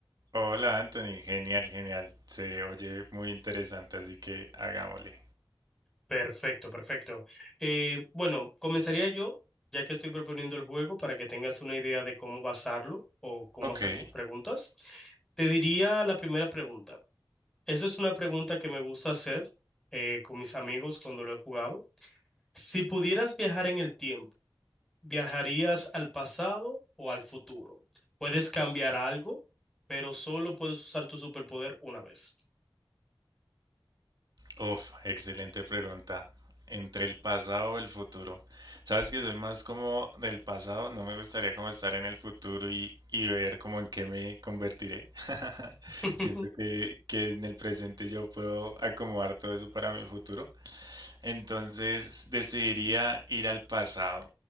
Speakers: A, on the right; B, in the centre.
A: Hola Anthony, genial, genial. Se oye muy interesante, así que hagámosle.
B: Perfecto, perfecto. Eh, bueno, comenzaría yo, ya que estoy proponiendo el juego, para que tengas una idea de cómo basarlo o cómo
A: Ok,
B: hacer tus preguntas. Te diría la primera pregunta. Esa es una pregunta que me gusta hacer eh, con mis amigos cuando lo he jugado Si pudieras viajar en el tiempo, ¿viajarías al pasado o al futuro? Puedes cambiar algo, pero solo puedes usar tu superpoder una vez.
A: uf, excelente pregunta. Entre el pasado y el futuro. Sabes que soy más como del pasado, no me gustaría como estar en el futuro y, y ver como en qué me convertiré. <laughs>
B: <laughs>
A: Siento que, que en el presente yo puedo acomodar todo eso para mi futuro. Entonces decidiría ir al pasado.